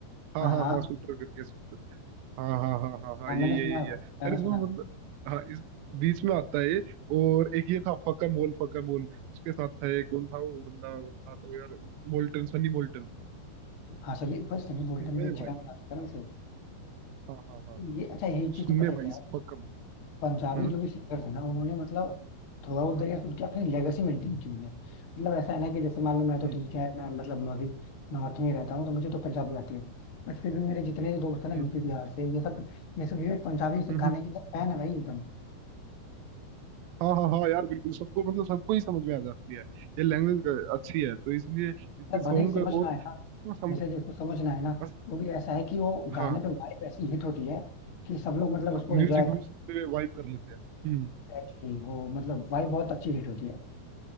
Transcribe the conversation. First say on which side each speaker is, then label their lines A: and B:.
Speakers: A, on the right; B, on the left.
A: हाँ
B: हाँ
A: हाँ
B: हाँ
A: हाँ शूटर करके शूटर हाँ हाँ हाँ हाँ हाँ
B: हाँ
A: ये
B: मैंने
A: ये
B: सुना
A: ये
B: है
A: ये
B: भाई
A: यार
B: गाना
A: इसमें
B: सुना
A: मतलब
B: है
A: हाँ इस बीच में आता है ये और एक ये था फका मोल फका मोल उसके साथ था ये कौन था वो बंदा वो था तो यार Molten Sunny molten
B: हाँ संदीप भाई सनी
A: उसमें
B: बोल्टन भी अच्छे
A: भाई
B: गाने गाते हैं यार वैसे।
A: हाँ हाँ हाँ
B: ये अच्छा ये एक
A: उसमें
B: चीज तो पता है
A: भाई
B: क्या
A: इस
B: है?
A: फकम
B: पंजाबी
A: हम्म
B: जो भी सिंगर्स हैं ना उन्होंने मतलब थ्रू आउट द
A: हम्म
B: ईयर्स उनकी अपनी लेगेसी मेंटेन की हुई है मतलब ऐसा है ना कि जैसे मान लो मैं तो
A: हम्म
B: ठीक है मैं मतलब मैं भी नॉर्थ में रहता हूँ तो मुझे तो पंजाबी आती है बट फिर भी मेरे जितने भी दोस्त हैं ना
A: हम्म
B: यूपी बिहार से ये सब ये सब ये पंजाबी गाने
A: हम्म
B: के फैन है भाई एकदम
A: हाँ हाँ हाँ यार बिल्कुल सबको मतलब सबको ही समझ में आ जाती है ये लैंग्वेज अच्छी है तो इसलिए इसके
B: मतलब
A: सॉन्ग
B: भले ही समझ
A: और
B: ना आए ना
A: इसमें सम,
B: जैसे जिसको समझ ना आए ना
A: अस,
B: वो भी ऐसा है कि वो गाने
A: हाँ
B: पे वाइब ऐसी हिट होती है कि सब लोग मतलब
A: हाँ
B: उसको
A: म्यूजिक
B: एंजॉय करते
A: म्यूजिक पे वाइब कर लेते हैं हम्म
B: हैं actually। वो मतलब वाइब बहुत अच्छी हिट होती है